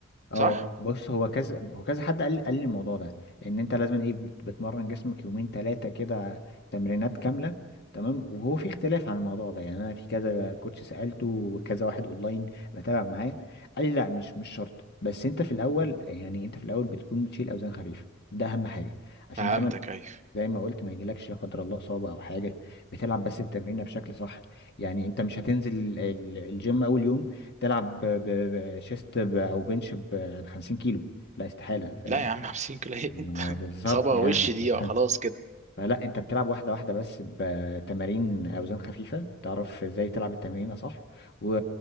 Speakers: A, on the left; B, on the right.
A: اه
B: صح
A: بص هو كذا هو كذا حد قال قال لي الموضوع ده لان انت لازم ايه بت- بتمرن جسمك يومين ثلاثه كده تمرينات كامله تمام وهو في اختلاف عن الموضوع ده يعني انا في كذا كوتش سالته وكذا واحد اونلاين بتابع معاه قال لي لا مش مش شرط بس انت في الاول يعني انت في الاول بتكون بتشيل اوزان خفيفه ده اهم حاجه عشان
B: فهمتك
A: زي ما
B: ايوه
A: زي ما قلت ما يجيلكش لا قدر الله اصابه او حاجه بتلعب بس التمرين بشكل صح يعني انت مش هتنزل ال- الجيم اول يوم تلعب بشيست او بنش ب 50 كيلو لا استحاله فاهم
B: لا يا عم 50 كيلو ايه انت
A: آه، بالظبط
B: <laughs> اصابه
A: يعني
B: وش دي
A: <laughs>
B: آه، خلاص كده
A: آه، لا انت بتلعب واحدة واحدة بس بتمارين اوزان خفيفة تعرف ازاي تلعب التمرين صح و...